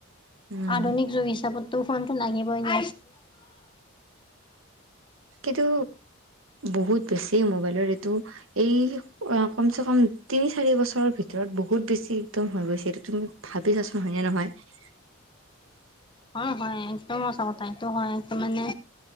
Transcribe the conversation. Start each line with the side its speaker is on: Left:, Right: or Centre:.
Right: উম।
Left: আধুনিক যুগ হিচাপতো ফোনটো লাগিবই ন।
Right: কিতো বহুত বেছি মোবাইলৰ এইটো এই কমচে কম তিনি চাৰি বছৰৰ ভিতৰত ভিতৰত বহুত বেছি একদম হৈ গৈছে এইটো তুমি ভাবিছাচোন হয়নে নহয়।
Left: হয় হয় একদম সচা কথা এইটো হয় এইটো মানে